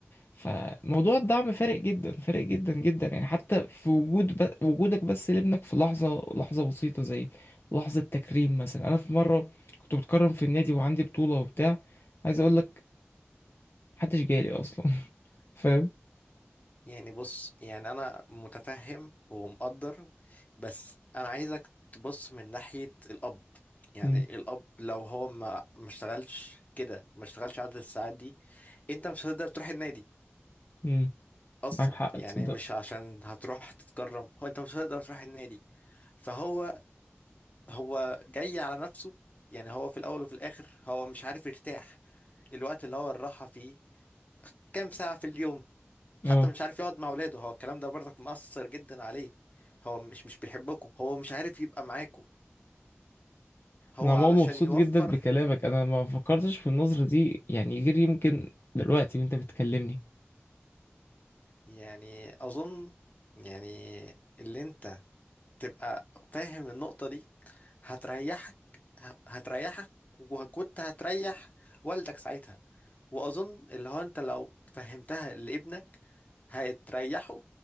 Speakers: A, on the left (about 60°); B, on the left (about 35°).
A: فموضوع الدعم فارق جدا فارق جدا جدا يعني حتى في وجود ب... وجودك بس لابنك في لحظة لحظة بسيطة زي لحظة تكريم مثلا انا في مرة كنت بتكرم في النادي وعندي بطولة وبتاع عايز اقول لك محدش جالي اصلا <laughs> فاهم
B: يعني بص يعني انا متفهم ومقدر بس انا عايزك تبص من ناحية الاب يعني
A: امم
B: الاب لو هو ما ما اشتغلش كده ما اشتغلش عدد الساعات دي انت مش هتقدر تروح النادي
A: امم
B: اصلا
A: معاك حق
B: يعني
A: تصدق
B: مش عشان هتروح تتكرم هو انت مش هتقدر تروح النادي فهو هو جاي على نفسه يعني هو في الاول وفي الاخر هو مش عارف يرتاح الوقت اللي هو الراحة فيه كام ساعة في اليوم حتى
A: اه
B: مش عارف يقعد مع اولاده هو الكلام ده برضك مؤثر جدا عليه هو مش مش بيحبكم هو مش عارف يبقى معاكم هو
A: انا عموما
B: علشان
A: مبسوط
B: يوفر
A: جدا بكلامك انا ما فكرتش في النظرة دي يعني غير يمكن دلوقتي وانت بتكلمني
B: يعني اظن يعني اللي انت تبقى فاهم النقطة دي هتريحك ه- هتريحك وكنت هتريح والدك ساعتها وأظن اللي هو أنت لو فهمتها لابنك هتريحه